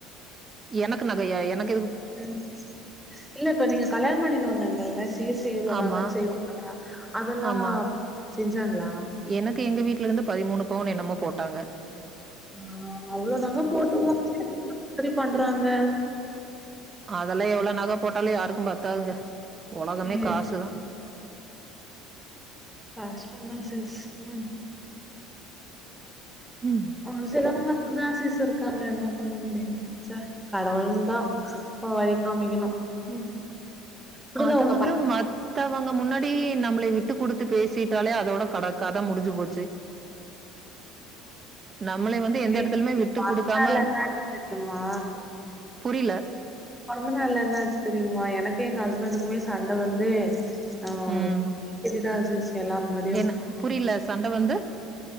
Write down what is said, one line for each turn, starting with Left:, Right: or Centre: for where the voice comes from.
Right: எனக்கு நகையா எனக்
Centre: ம் இல்ல இப்ப நீங்க கல்யாணம் பண்ணினு வந்தாங்கல்ல சீர் செய் இவ்ளோ
Right: ஆமா,
Centre: நகன் செய்வாங்கல்ல அதெல்லா
Right: ஆமா.
Centre: செஞ்சாங்ளா
Right: எனக்கு எங்க வீட்லருந்து பதிமூணு பவனு என்னமோ போட்டாங்க
Centre: ஹ அவ்ளோ நக போ <unintelligible> பண்றாங்க
Right: அதெல்லாம் எவ்ளோ <unintelligible> யாருக்கும் பத்தாதுங்க உலகமே
Centre: ஏ
Right: காசுதான்
Centre: <unintelligible> உம்
Right: ம்.
Centre: ஒ சிலவங்க அப்டிதா சீஸு இருக்காங்க என்ன பண்ண முடியும் ச்ச கடவுள் தான் வழி காமிக்கணும் ம் குடுங்க
Right: அது
Centre: உங்க
Right: வந்து
Centre: பையனுக்குல
Right: மத்தவங்க முன்னாடி நம்மளை விட்டு விட்டு கொடுத்து பேசிட்டாலே அதோட கட கத முடிஞ்சு போச்சு நம்மளை வந்து எந்த
Centre: சி
Right: இடத்துலயுமே விட்டு
Centre: மறுநா
Right: குடுக்காம
Centre: என்னாச்சு தெரியுமா
Right: புரியல.
Centre: புறந்த நாள்ள என்னாச்சு தெரியுமா எனக்கு எனக்கும் எங்க ஹஸ்பண்டுக்குமே சண்ட வந்து ஆஹ்
Right: ம்.
Centre: எதான் <unintelligible> எல்லார் முன்னாடியும்
Right: என்ன புரியல சண்டை வந்து